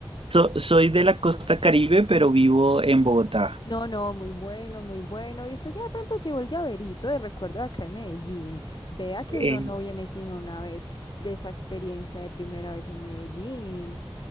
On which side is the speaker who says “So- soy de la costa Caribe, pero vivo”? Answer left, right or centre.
Right